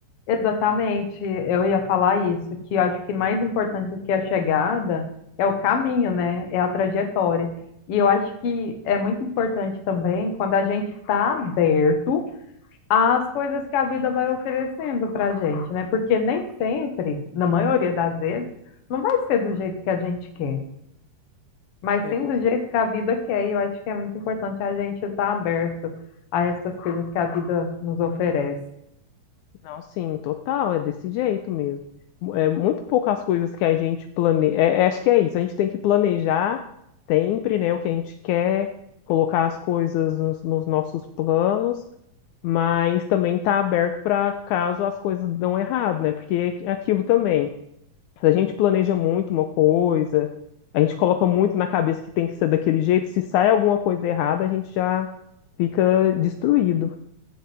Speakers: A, on the left; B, on the left.
A: Exatamente, eu ia falar isso, que eu acho que mais importante do que a chegada é o caminho, né? É a trajetória. E eu acho que é muito importante também quando a gente está aberto às coisas que a vida vai oferecendo para a gente, né? Porque nem sempre, na maioria das vezes, não vai ser do jeito que a gente quer, mas
B: É,
A: sim
B: com-
A: do
B: cer-
A: jeito que a vida quer. E eu acho que é muito importante a gente estar aberto a essas coisas que a vida nos oferece.
B: não, sim, total, é desse jeito mesmo. Mu- É muito poucas coisas que a gente planeja. acho que é isso, a gente tem que planejar sempre, né, o que a gente quer, colocar as coisas nos nos nossos planos mas também está aberto para caso as coisas dão errado, né? Porque é aquilo também. Se a gente planeja muito uma coisa, a gente coloca muito na cabeça que tem que ser daquele jeito, se sai alguma coisa errada, a gente já fica destruído.